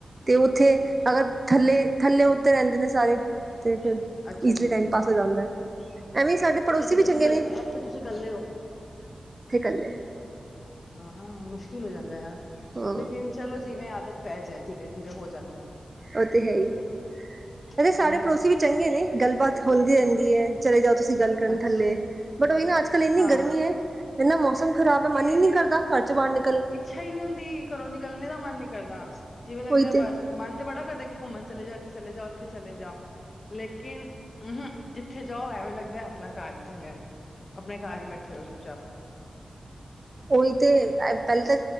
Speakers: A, on the right; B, on the left.
A: ਤੇ ਉੱਥੇ ਅਗਰ ਥੱਲੇ- ਥੱਲੇ -ਉੱਤੇ ਰਹਿੰਦੇ ਨੇ ਸਾਰੇ ਅਤੇ ਫਿਰ
B: ਅੱਛਾ
A: ਈਜ਼ਲੀ
B: ਜੀ
A: ਟਾਈਮ ਪਾਸ ਹੋ ਜਾਂਦਾ। ਐਵੇਂ ਹੀ ਸਾਡੇ ਪੜੋਸੀ
B: ਇੱਥੇ
A: ਵੀ
B: ਤੁਸੀਂ
A: ਚੰਗੇ
B: ਕੱਲ
A: ਨੇ।
B: ਇੱਥੇ ਤੇ ਤੁਸੀਂ ਕੱਲੇ ਹੋ?
A: ਤੇ ਐਹ
B: ਹਮ-ਹਮ ਮੁਸ਼ਕਿਲ ਹੋ ਜਾਂਦਾ ਆ।
A: ਹਾਂ
B: ਲੇਕਿਨ ਚਲੋ ਜਿਵੇਂ ਆਦਤ ਪੈ ਜਾਏ। ਧੀਰੇ- ਧੀਰੇ ਹੋ ਜਾਂਦਾ ਐ।
A: ਉਹ ਤੇ ਹੈ ਹੀ।
B: ਹੈ
A: ਸਾਡੇ
B: ਹਨਾ
A: ਪੜੋਸੀ ਵੀ ਚੰਗੇ ਨੇ ਗੱਲਬਾਤ ਹੁੰਦੀ ਰਹਿੰਦੀ ਹੈ। ਚਲੇ ਜਾਓ ਤੁਸੀਂ ਗੱਲ ਕਰਨ
B: ਅੱਛਾ
A: ਥੱਲੇ, ਬਟ ਉਹੀ ਨਾ ਅੱਜ ਕੱਲ ਇੰਨੀ
B: ਹਾਂ
A: ਗਰਮੀ ਹੈ। ਇੰਨਾ ਮੌਸਮ ਖਰਾਬ ਹੈ।
B: ਕਿ
A: ਮਨ ਹੀ ਨੀ ਕਰਦਾ ਘਰ ਚ ਬਾਹਰ ਨ
B: ਇੱਛਾ ਹੀ ਨੀ ਹੁੰਦੀ। ਘਰੋਂ ਨਿਕਲਣੇ ਦਾ ਮਨ ਨੀ ਕਰਦਾ। ਜਿਵੇਂ ਲੱਗਦਾ
A: ਉਹੀ ਤੇ
B: ਬਸ ਮਨ ਤੇ ਬੜਾ ਕਰਦਾ ਕਿ ਘੁੰਮਣ ਚਲੇ ਜਾਓ, ਇੱਥੇ ਚਲੇ ਜਾਓ, ਉੱਥੇ ਚਲੇ ਜਾਓ, ਲੇਕਿਨ ਹਮਮ ਜਿੱਥੇ ਜਾਓ, ਐਵੇਂ ਲੱ ਲੱਗਦਾ ਆਪਣਾ ਘਰ ਹੀ ਚੰਗਾ ਐ। ਆਪਣੇ ਘਰ ਹੀ ਬੈਠੇ ਰਹੋ ਚੁੱਪ- ਚਾਪ
A: ਉਹੀ ਤੇ ਪਹਿਲਾਂ ਤਾਂ